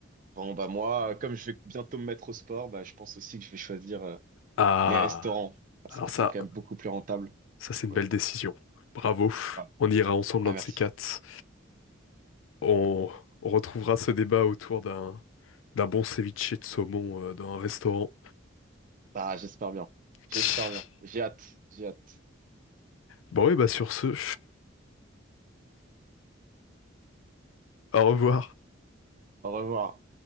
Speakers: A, on the right (about 45°); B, on the left (about 80°).
A: Bon, bah, moi, comme je vais bientôt me mettre au sport, bah, je pense aussi que je vais choisir, euh,
B: Ah,
A: les restaurants. Parce
B: alors
A: que
B: ça,
A: c'est quand même beaucoup plus rentable.
B: ça c'est
A: Donc,
B: une
A: ouais.
B: belle décision. Bravo.
A: Voilà.
B: On ira ensemble
A: Ah,
B: un
A: merci.
B: de ces quatre. On, on retrouvera ce débat autour d'un d'un bon ceviche de saumon euh, dans un restaurant.
A: Bah, j'espère bien.
B: <laughs>
A: J'espère bien. J'ai hâte. J'ai hâte.
B: Bon, ouais, bah sur ce, <laughs> au revoir.
A: Au revoir.